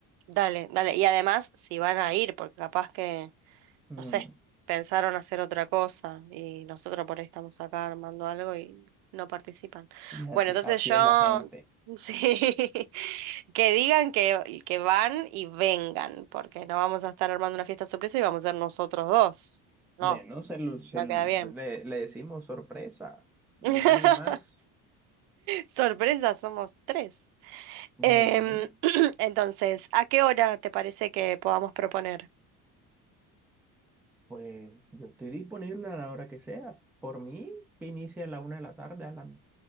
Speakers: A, on the right; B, in the centre.
A: Dale, dale. Y además, si van a ir, porque capaz que,
B: Mm,
A: no sé, pensaron hacer otra cosa y nosotros por ahí estamos acá armando algo y no participan.
B: y así,
A: Bueno, entonces
B: así
A: yo,
B: es la gente.
A: <laughs> sí, que digan que, que van y vengan, porque no vamos a estar armando una fiesta sorpresa y vamos a ser nosotros dos. No,
B: Bueno, se, lo- se
A: no
B: lo-
A: queda bien.
B: le, le decimos sorpresa, no
A: <laughs>
B: hay nadie más.
A: Sorpresa, somos tres.
B: Bueno,
A: Em, <clears throat> entonces, ¿a qué hora te parece que podamos proponer?
B: pues yo estoy disponible a la hora que sea. Por mí, que inicie a la una de la tarde, a la...